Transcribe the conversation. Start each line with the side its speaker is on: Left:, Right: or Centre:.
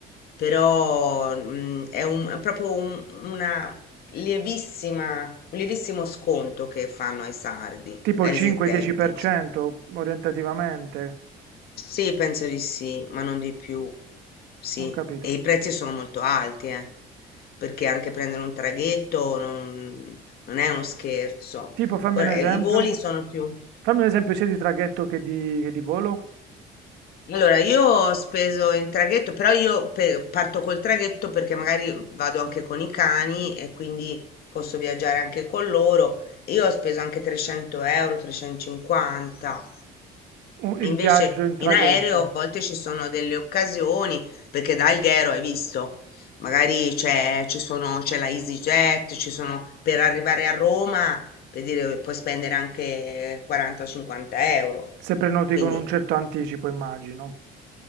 Left: Però, mm, è un- è proprio un- una lievissima, un lievissimo sconto che fanno ai sardi,
Right: Tipo
Left: ai
Right: il 5-10%
Left: residenti,
Right: orientativamente.
Left: Sì, penso di sì, ma non di più. Sì,
Right: Ho capito.
Left: e i prezzi sono molto alti, eh, perché anche prendere un traghetto non, non è uno scherzo.
Right: Tipo, fammi
Left: Ora,
Right: un esempio.
Left: eh, i voli sono più.
Right: Fammi un esempio sia di traghetto che di, che di volo.
Left: Allora, io ho speso in traghetto, però io pe- parto col traghetto perché magari vado anche con i cani e quindi posso viaggiare anche con loro. Io ho speso anche 300 euro, 350.
Right: Un- il
Left: Invece
Right: viaggio in traghetto,
Left: in aereo a volte ci sono delle occasioni, perché da Alghero hai visto, magari c'è ci sono- c'è la EasyJet, ci sono, per arrivare a Roma, per dire, puoi spendere anche 40-50 euro.
Right: se prenoti
Left: Quindi
Right: con un certo anticipo, immagino.